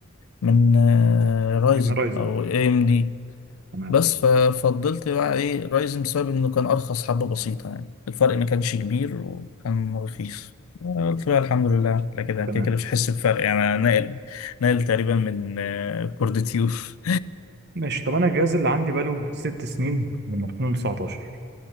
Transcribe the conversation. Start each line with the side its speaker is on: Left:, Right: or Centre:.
Left: من آه، رايزن
Right: من رايزن
Left: او اي ام دي
Right: تمام
Left: بس ففضلت بقى ايه رايزن بسبب انه كان ارخص حبة بسيطة يعني الفرق ما كانش كبير وكان رخيص قلت بقى الحمد لله لا كده
Right: تمام
Left: كده كده مش هحس بفرق يعني انا ناقل ناقل تقريبا من آه، كور دي تيوف
Right: ماشي طب انا الجهاز اللي عندي بقاله ست سنين من 2019